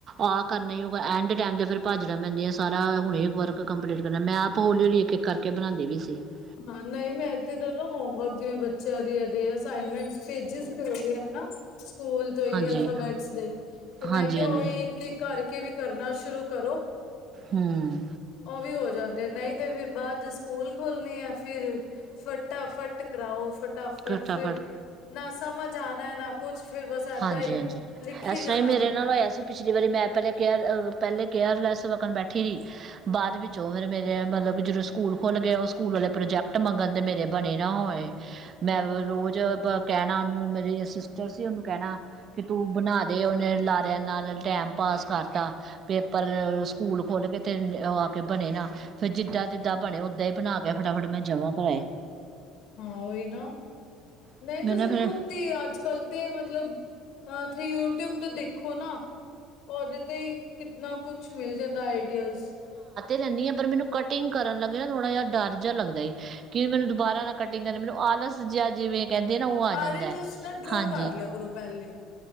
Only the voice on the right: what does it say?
ਆਹ ਕਰਨਾ ਹੀ ਹੋਊਗਾ ਐਂਡ ਟਾਈਮ ਤੇ ਫਿਰ ਭਾਜੜਾ ਪੈਂਦੀਆਂ ਸਾਰਾ ਹੁਣ ਵਰਕ ਕੰਪਲੀਟ ਕਰਨਾ ਮੈਂ ਆਪ ਹੌਲੀ ਹੌਲੀ ਇੱਕ ਇੱਕ ਕਰਕੇ ਬਣਾਉਂਦੀ ਪਈ ਸੀ ।
ਹਾਂਜੀ
ਹਾਂਜੀ
ਹਾਂਜੀ
ਹਮ
ਘਟਾ
ਹਾਂਜੀ
ਹਾਂਜੀ
ਇਸ
ਤਰ੍ਹਾਂ ਹੀ ਮੇਰੇ
ਨਾਲ ਹੋਇਆ ਸੀ ਪਿਛਲੀ ਵਾਰੀ ਮੈਂ ਪਹਿਲੇ ਕਿਹਾ ਪਹਿਲੇ ਕੇਅਰਲੈਸ ਵਣ ਬੈਠੀ ਰ ਬਾਅਦ ਵਿੱਚੋਂ ਫਿਰ ਮੇਰੇ ਮਤਲਬ ਕਿ ਜਦੋਂ ਸਕੂਲ ਖੁਲ੍ਹ ਗਏ ਉਹ ਸਕੂਲ ਵਾਲੇ ਪ੍ਰੋਜੈਕਟ ਮੰਗਣ ਤਾਂ ਮੇਰੇ ਬਣੇ ਨਾ ਹੋਏ ਮੈਂ
ਰੋਜ਼ ਕਹਿਣਾ ਉਹਨੂੰ ਮੇਰੇ ਸਿਸਟਰ ਸੀ ਉਹਨੂੰ ਕਹਿਣਾ ਕਿ ਤੂੰ ਬਣਾ ਦੇ ਉਹਨੇ ਲਾਰਿਆਂ ਨਾਲ ਟੈਮ ਪਾਸ ਕਰਤਾ ਪੇਪਰ ਸਕੂਲ ਖੋਲ ਕੇ ਤੇ ਆ ਕੇ ਬਣੇ ਨਾ ਫੇਿਰ ਜਿਦਾਂ ਜਿੱਦਾਂ ਬਣੇ ਓਦਾਂ ਹੀ ਬਣਾ ਕੇ ਫਟਾਫਟ ਮੈਂ ਜਮ੍ਹਾਂ ਕਰਵਾਏ
ਕਰਾਏ।
ਰਹਿੰਦੀ ਹਾਂ ਪਰ ਮੈਨੂੰ ਕਟਿੰਗ ਕਰਨ ਲੱਗੇ ਨਾ ਥੋੜ੍ਹਾ ਜਿਹਾ ਡਰ ਜਿਹਾੱਦਾਏਉਵੇਂ ਮਨੂੰੁਾਰਾ ਨਾਲ ਕਟਿੰ ਕਰਨ ਮੈਨੂੰ ਆਲਸ ਜਹਾ ਜਿਵੇਂ ਕਹਿੰਦੇ ਨਾ ਉਹ ਆ ਜਾਂਦਾ
ਹਾਂਜੀ